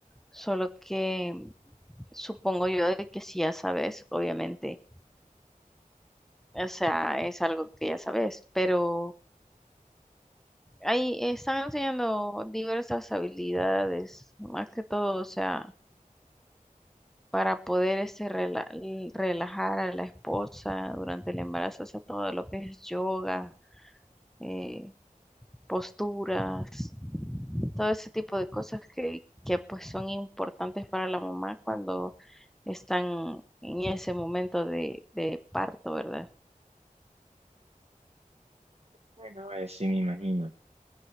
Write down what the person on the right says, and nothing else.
Bueno, eh, sí me imagino.